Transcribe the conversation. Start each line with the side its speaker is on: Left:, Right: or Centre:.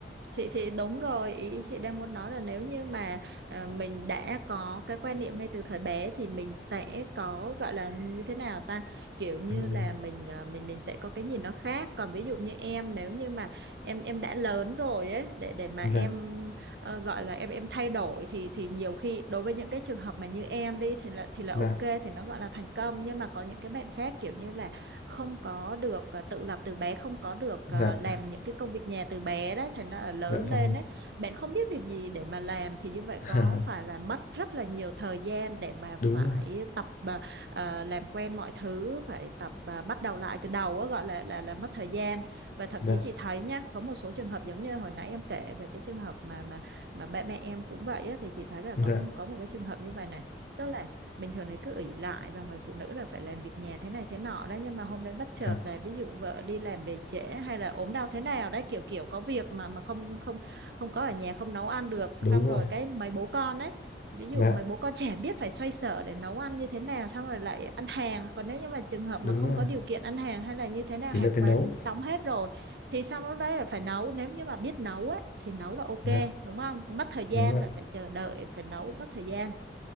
Right: chị thì đúng rồi ý chị đang muốn nói là nếu như mà à, mình đã có cái quan niệm ngay từ thời bé thì mình sẽ có gọi là như thế nào ta kiểu như
Left: ừ.
Right: là mình à, mình mình sẽ có cái nhìn nó khác còn ví dụ như em nếu như mà em em đã lớn rồi ấy để để mà
Left: dạ
Right: em ờ, gọi là em em thay đổi thì thì nhiều khi đối với những cái trường hợp mà như em đi thì là thì là
Left: dạ
Right: ok thì nó gọi là thành công nhưng mà có những cái bạn khác kiểu như là không có được à, tự lập từ bé không có được
Left: dạ
Right: à, làm những cái công việc nhà từ bé đấy thành ra là lớn
Left: dạ
Right: lên
Left: vâng
Right: đấy bạn không biết việc gì để mà làm thì như vậy
Left: <laughs>
Right: có phải là mất rất là nhiều thời gian để mà
Left: đúng
Right: phải
Left: rồi
Right: tập à, à, làm quen mọi thứ phải tập à, bắt đầu lại từ đầu á, gọi là là là mất thời gian và thậm
Left: dạ
Right: chí chị thấy nhá có một số trường hợp giống như hồi nãy em kể về cái trường hợp mà mà mà ba mẹ em cũng vậy á, thì chị thấy là
Left: dạ
Right: có có một cái trường hợp như vậy này tức là bình thường thì cứ ỷ lại và người phụ nữ là phải làm việc nhà thế này thế nọ đó nhưng mà hôm đấy bất chợt
Left: dạ
Right: là ví dụ vợ đi làm về trễ hay là ốm đau thế nào đấy kiểu kiểu có việc mà mà không không không có ở nhà không nấu ăn được
Left: đúng
Right: xong rồi
Left: rồi
Right: cái mấy bố con đấy ví dụ
Left: dạ
Right: mấy bố con trẻ biết phải xoay sở để nấu ăn như thế nào xong rồi lại ăn hàng còn nếu như mà trường hợp mà
Left: đúng
Right: không
Left: rồi
Right: có điều kiện ăn hàng hay là như thế nào
Left: thì
Right: hàng
Left: lại phải
Right: quán
Left: nấu
Right: đóng hết rồi thì xong lúc đấy là phải nấu nếu như mà biết nấu ấy thì nấu là ok
Left: dạ
Right: đúng không Thì mất thời gian
Left: đúng rồi
Right: lại phải chờ đợi phải nấu mất thời gian